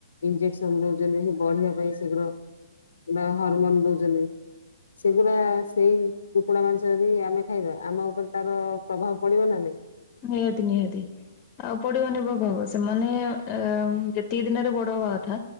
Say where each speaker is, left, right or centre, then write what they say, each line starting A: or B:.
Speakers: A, on the left; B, on the left.
A: ଇଞ୍ଜେସ୍ ଦଉଛନ୍ତି ସେ ବଢିବା ପାଇଁ ଶୀଘ୍ର ବା ହରମୋନ୍ ଦଉଛନ୍ତି। ସେଗୁଡା ସେଇ କୁକୁଡା ମାଂସ ଯଦି ଆମେ ଖାଇବା ଆମ ଉପରେ ତାର ପ୍ରଭାବ ପଡିବ ନା ନାଇଁ।
B: ନିହାତି ନିହାତି। ଆଉ ପଡିବନି ପ୍ରଭାବ ସେମାନେ ଅ ଯେତିକି ଦିନରେ ବଡ ହବା କଥା